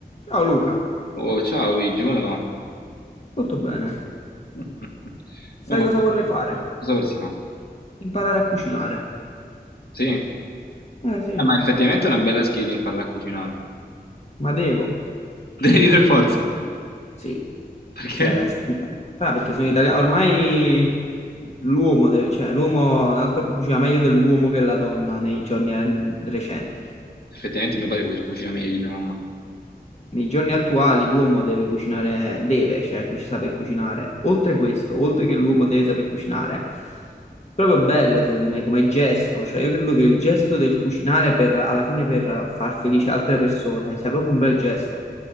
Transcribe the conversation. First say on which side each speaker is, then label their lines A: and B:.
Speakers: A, on the left; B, on the left.
A: Ciao Luca,
B: Oh, ciao Luigi, come va?
A: molto bene.
B: <laughs>
A: Sai
B: Non va-
A: cosa vorrei fare?
B: Cosa per si fa?
A: Imparare a cucinare.
B: Sì, Eh,
A: Eh sì,
B: ma effettivamente è una bella skill imparare a cucinare.
A: ma devo.
B: <laughs> Devi per forza.
A: Sì,
B: Perché?
A: cioè, sa perché sono italiano. Ormai l'uomo deve, cioè l'uomo, un altro cucina meglio dell'uomo che la donna nei giorni eh, recenti.
B: Effettivamente mio padre cu- cucina meglio di mia mamma.
A: Nei giorni attuali l'uomo deve cucinare, deve, cioè, cu- saper cucinare. Oltre questo, oltre che l'uomo deve saper cucinare, proprio bello secondo me come gesto, cioè io credo che il gesto del cucinare per, alla fine per far felice altre persone sia proprio un bel gesto.